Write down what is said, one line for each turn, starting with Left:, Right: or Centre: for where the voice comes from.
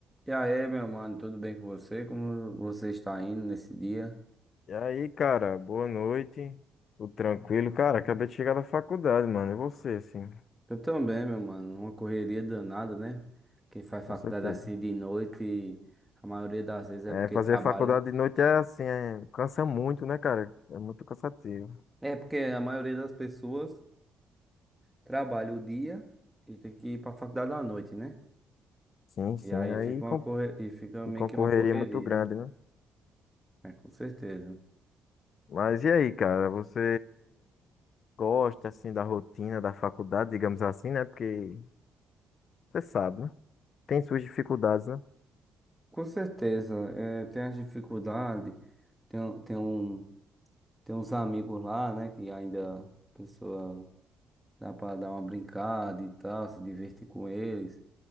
Centre: E aí, meu mano, tudo bem com você? Como você está indo nesse dia?
Left: E aí, cara, boa noite. Tudo tranquilo? Cara, acabei de chegar da faculdade, mano. E você, sim,
Centre: Eu também, meu mano, uma correria danada, né? Quem faz faculdade
Left: com certeza.
Centre: assim de noite, a maioria das vezes é
Left: É,
Centre: porque
Left: fazer
Centre: trabalha.
Left: faculdade de noite é assim, é, cansa muito, né, cara? É muito cansativo.
Centre: É porque a maioria das pessoas trabalha o dia e tem que ir pra faculdade à noite, né?
Left: Sim, sim.
Centre: E aí
Left: Aí
Centre: fica uma
Left: com,
Centre: corre... e fica meio
Left: concorreria
Centre: que uma correria,
Left: muito grande, né?
Centre: né? Com certeza.
Left: Mas e aí, cara, você gosta, assim, da rotina da faculdade, digamos assim, né? Porque você sabe, né? Tem suas dificuldades, né?
Centre: Com certeza, é, tem as dificuldades, tem, tem um, tem uns amigos lá, né, que ainda a pessoa Dá pra dar uma brincada e tal, se divertir com eles.